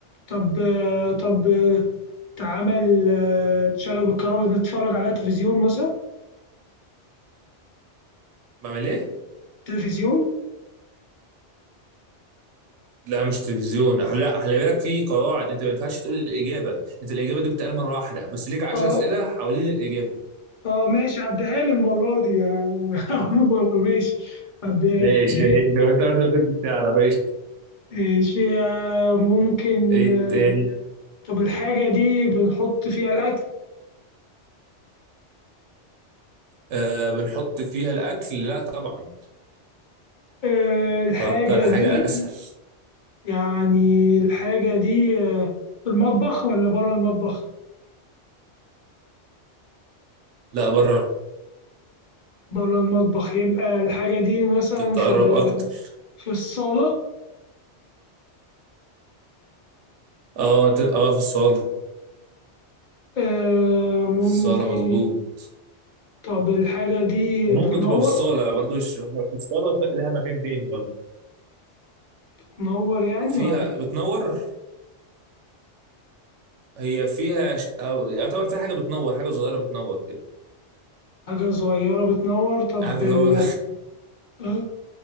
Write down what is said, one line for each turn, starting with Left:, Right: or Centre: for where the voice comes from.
Left: طب آه، طب آه، تعمل آه، تشغل بالكهرباء نتفرج عليها تلفزيون مثلا
Right: بعمل ايه
Left: تلفزيون
Right: لا مش تلفزيون أح- لا خلي بالك في قواعد انت ما ينفعش تقول الاجابه انت الاجابه دي بتتقال مره واحده بس ليك 10
Left: اه
Right: اسئله حوالين الاجابه
Left: اه ماشي عديها لي المرة دي آه، <laughs> عموما ماشي عديها
Right: ماشي
Left: لي
Right: هي لو انت برضه كنت تعرف ايش
Left: ماشي آه، ممكن
Right: ايه
Left: آه،
Right: تاني
Left: طب الحاجة دي بنحط فيها الأكل
Right: آه بنحط فيها الاكل لا طبعا
Left: آه، الحاجة
Right: فكر حاجه
Left: دي
Right: اسهل
Left: يعني الحاجة دي آه، في المطبخ ولا بره المطبخ؟
Right: لا بره
Left: بره المطبخ يبقى الحاجة دي مثلا
Right: كنت
Left: في
Right: اقرب
Left: ال
Right: اكتر
Left: في الصالة
Right: اه ت- اه في الصاله
Left: آه ممكن
Right: في الصاله مظبوط
Left: طب الحاجة دي
Right: وممكن
Left: بتنور
Right: تبقى في الصاله برضه مش في الصاله لها مكان تاني برضه
Left: بتنور يعني
Right: فيها
Left: ولا لأ؟
Right: بتنور هي فيها ش... أو يعتبر فيها حاجه بتنور حاجه صغيره بتنور كده
Left: حاجة صغيرة بتنور طب
Right: عارف
Left: ال...
Right: اللي هو
Left: آه